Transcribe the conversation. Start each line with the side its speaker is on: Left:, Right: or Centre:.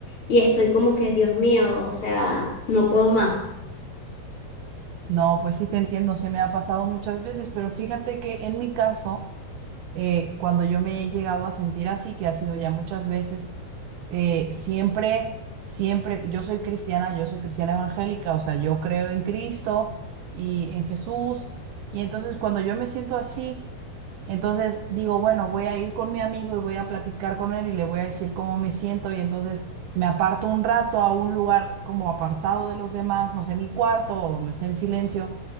Left: y estoy como que, Dios mío, o sea, no puedo más.
Right: No, pues sí te entiendo, sí me ha pasado muchas veces, pero fíjate que en mi caso, eh, cuando yo me he llegado a sentir así, que ha sido ya muchas veces, eh, siempre, siempre, yo soy cristiana, yo soy cristiana evangélica, o sea, yo creo en Cristo y en Jesús, y entonces cuando yo me siento así, entonces digo, bueno, voy a ir con mi amigo y voy a platicar con él y le voy a decir cómo me siento, y entonces me aparto un rato a un lugar como apartado de los demás, no sé, mi cuarto o donde esté en silencio